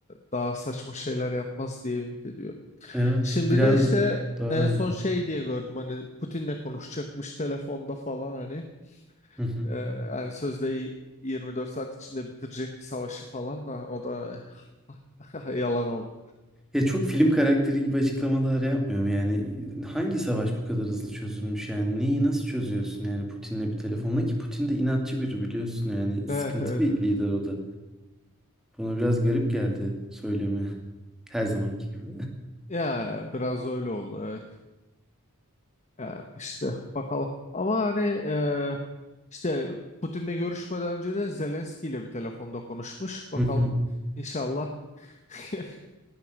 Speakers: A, on the left; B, in the centre.
A: daha saçma şeyler yapmaz diye ümit ediyorum.
B: Evet,
A: Şimdi
B: biraz
A: de işte
B: daha
A: en son
B: iyi.
A: şey diye gördüm hani Putin'le konuşacakmış telefonda falan hani.
B: Hı hı.
A: Eee yani sözde 24 saat içinde bitirecekti savaşı falan da o da <laughs> yalan oldu.
B: Ya çok film karakteri gibi açıklamalar yapmıyorum yani. e, Hangi savaş bu kadar hızlı çözülmüş yani? Neyi nasıl çözüyorsun yani Putin'le bir telefonla
A: Hmm.
B: ki Putin de inatçı biri biliyorsun yani
A: Evet
B: sıkıntı
A: evet
B: bir
A: evet.
B: lider o da. Bana biraz garip geldi söylemi her zamanki gibi.
A: Ya biraz öyle oldu. Yani işte bakalım. Ama hani e, işte Putin'le görüşmeden önce de Zelenski ile bir telefonda konuşmuş. Bakalım
B: <laughs>
A: inşallah. <laughs>